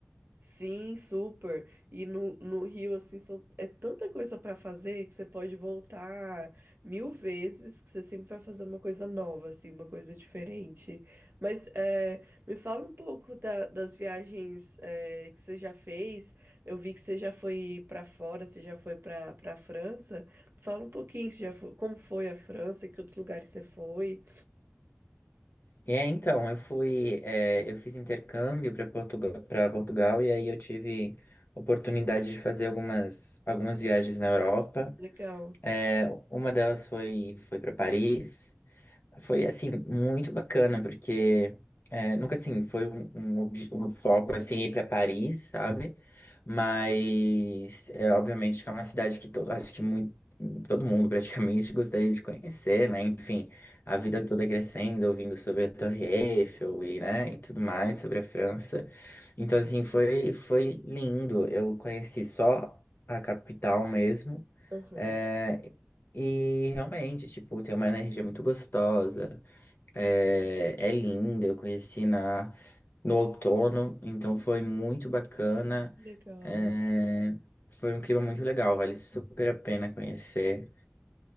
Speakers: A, on the right; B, on the left.
A: Sim, super. E no, no Rio, assim, são, é tanta coisa para fazer que você pode voltar mil vezes, que você sempre vai fazer uma coisa nova, assim, uma coisa diferente. Mas é, me fala um pouco da- das viagens é, que você já fez. Eu vi que você já foi para fora, você já foi para para França. Fala um pouquinho, você já foi- como foi a França, que outros lugares você foi.
B: E é, então, eu fui, é, eu fiz intercâmbio para Portugal, para Portugal e aí eu tive oportunidade de fazer algumas, algumas
A: Ah,
B: viagens na Europa.
A: Legal.
B: É, uma delas foi, foi para Paris. Foi, assim, muito bacana, porque é, nunca, assim, foi um, um, obje- um foco, assim, ir para Paris, sabe? Mas, é, obviamente, que é uma cidade que to- acho que muito, todo mundo, praticamente, <laughs> gostaria de conhecer, né? Enfim, a vida toda crescendo, ouvindo sobre a Torre Eiffel e, né, e tudo mais, sobre a França. Então, assim, foi, foi lindo. Eu conheci só a capital mesmo.
A: Aham.
B: é, e realmente, tipo, tem uma energia muito gostosa, é, é linda. Eu conheci na, no outono, então foi muito bacana.
A: Ah, que Legal.
B: é, foi um clima muito legal, vale super a pena conhecer.